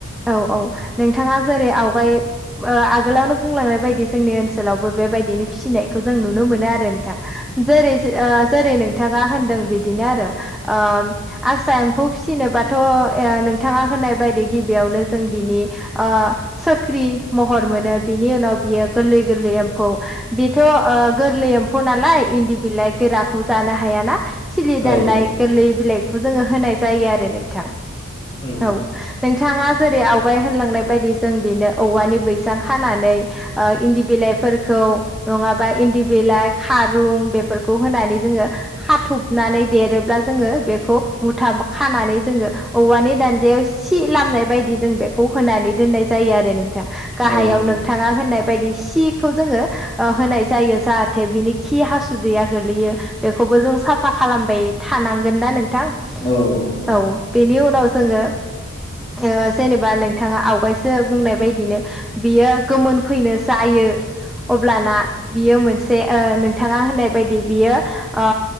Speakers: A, in the centre; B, on the left.
A: औ औ नोंथाङा जेरै आवगाय ओ आगोलावनो बुंलांनाय बायदि जोंनि ओनसोलावबो बेबायदिनो फिसिनायखौ जों नुनो मोनो आरो नोंथां। जेरै ओ जेरै नोंथाङा होनदों बिदिनो आरो। ओम आसा एम्फौ फिसिनोबाथ' नोंथाङा होनाय बायदि गिबि यावनो जों बिनि ओ सोख्रि महर मोनो बिनि उनाव बियो गोरलै गोरलै एम्फौ। बेथ' ओ गोरलै एम्फौ नालाय इन्दि बिलाइ गोराखौ जानो हायाना खिलि
B: औ
A: दाननाय गोरलै बिलाइखौ जोङो होनाय जायो आरो नोंथां औ
B: औ
A: नों थाङा जेरै आवगाय होनलांनाय बायदि जों बेनो औवानि बैसां खानानै इन्दि बिलाइ फोरखौ नङाबा इन्दि बिलाइ खारुं बेफोरखौ होनानै जोङो खाथब नानै देरोब्ला जोङो बेखौ मुथा खानानै जोङो औवानि दानदायाव सि लामनाय बायदि जों बेखौ होनानै दोननाय जायो आरो नोंथां। गाहायाव
B: नंगौ
A: नोंथाङा होननाय बायदि सिखौ जोङो होनाय जायो जाहाथे बिनि खि हासुदैया गोलैयो बेखौबो जों साफा खालामबाय थानांगोन ना नोंथां?
B: औ नंगौ
A: औ बेनि उनाव जोङो <inaudible> ओ जेनेबा नोंथाङा आवगायसो बुंनाय बायदिनो बियो गोमोन फैनो जायो अब्लाना बियो मोनसे ओ नोंथाङा होननाय बायदि बियो ओ